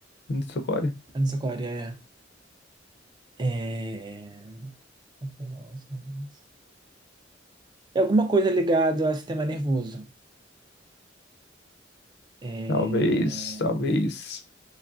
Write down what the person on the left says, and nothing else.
Anisocoria?
Talvez, talvez.